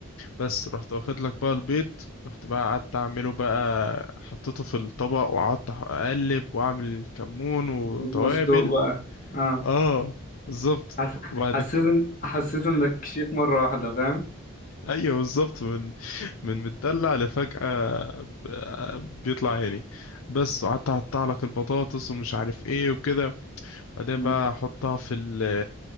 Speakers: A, on the left; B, on the left.
A: بس رحت واخد لك بقى البيض رحت بقى قعدت اعمله بقى حطيته في الطبق وقعدت اقلب واعمل كمون وتوابل
B: بيض مسلوق بقى اه
A: اه بالظبط
B: حس...
A: وبعد
B: حسيت
A: كده
B: ان... حسيت انك شيك مره واحده فاهم
A: ايوه بالظبط من من متدلع لفجأة ب- بيطلع عيني بس وقعدت اقطع لك البطاطس ومش عارف ايه وكده بعدين
B: امم
A: بقى احطها في ال